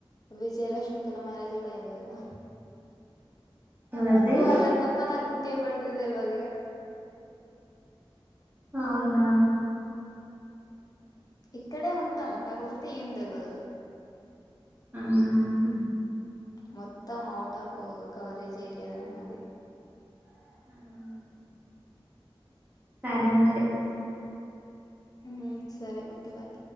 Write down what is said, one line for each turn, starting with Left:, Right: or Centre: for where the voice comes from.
Left: విజయ్ రేష్మికల మ్యారేజ్ కూడా అయింది కదా.
Right: ఎవరిది
Left: ఓ అలా తప్ప నాకింకా ఏంవ్వడు ది తెల్వదిగా
Right: అవునా
Left: ఇక్కడే ఉంటాం కాకపోతే ఏం తెలవదు
Right: మ్
Left: మొత్తం ఔట్ ఆఫ్ కవరేజ్ ఏరియాదనే నాది
Right: మ్ సరే మరి బాయ్
Left: మ్ సరే ఓకే బాయ్